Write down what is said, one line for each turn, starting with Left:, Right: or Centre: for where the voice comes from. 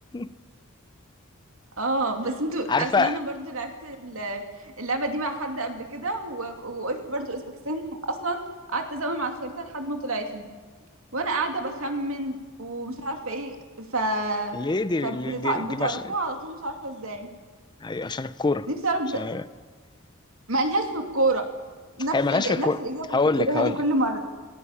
Left: <laughs>
Right: اه بس انتوا
Left: عارفة
Right: اصل انا برضو لعبت ال- اللعبه دي مع حد قبل كده و- وقلت برضو اوزبكستان اصلا قعدت ازوم على الخريطه لحد ما طلعت لي وانا قاعده بخمن ومش عارفه ايه ف
Left: ليه دي
Right: فبتعرفوها
Left: دي, دي, دي مش...
Right: على طول مش عارفه ازاي
Left: أيوة، عشان الكورة
Right: نفسي اعرف بت...
Left: عشان
Right: مالهاش في الكوره نفس
Left: هي مالهاش
Right: إج...
Left: في الكورة
Right: نفس الاجابه
Left: هقول
Right: اللي بتقولوها
Left: لك هقول
Right: لي كل
Left: لك
Right: مره